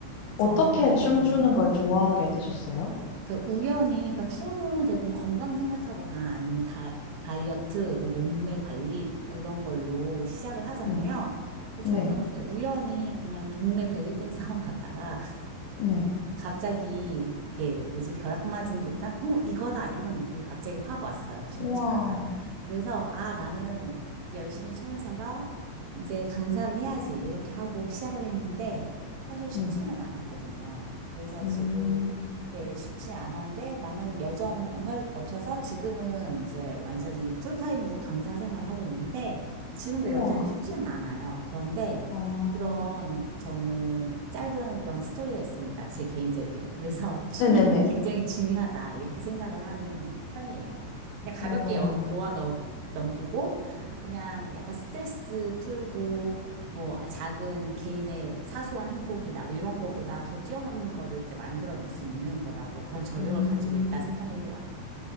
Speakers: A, on the left; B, on the right.
A: 어떻게
B: 저는
A: 춤추는 걸 좋아하게 되셨어요?
B: 그 우연히, 그러니까 춤은 대부분 건강 생각하거나 아니면 다, 다이어트, 뭐 몸매 관리 아, 이런 걸로 시작을 하잖아요.
A: 네,
B: 그래서
A: 네,
B: 저는 그냥 우연히 그냥 동네 벨리댄스 학원 갔다가
A: 네.
B: 갑자기 이게 뭐지 벼락 맞은 듯한 어 이거다 이런 느낌이 갑자기 확 왔어요 춤을
A: 우와,
B: 추다가 그래서 아 나는 이제 열심히 춤을 춰서 이제 강사를 해야지 이렇게 하고 시작을 했는데 사실 쉽지는
A: 네.
B: 않았거든요 그래서
A: 음,
B: 지금 이렇게 쉽지 않았는데 많은 여정을 거쳐서 지금은 이제 완전히 풀타임으로 강사 생활을 하고 있는데 지금도
A: 우와,
B: 여전히 쉽지는 않아요 그런데
A: 아,
B: 그런 저는 짧은 그런 스토리가 있습니다. 제 개인적인. 그래서 <laughs> 취미는
A: 네네네.
B: 굉장히 중요하다 이렇게 생각을 하는 편이에요. 그냥 가볍게
A: 우와,
B: 여, 보아 넘, 넘기고 그냥 약간 스트레스 풀고 뭐 작은 개인의 사소한 행복이다 뭐 이런 거보다 더 뛰어넘는 거를 이제 만들어낼 수 있는 거라고 그런 저력을
A: 음,
B: 가지고 있다 생각을 해요.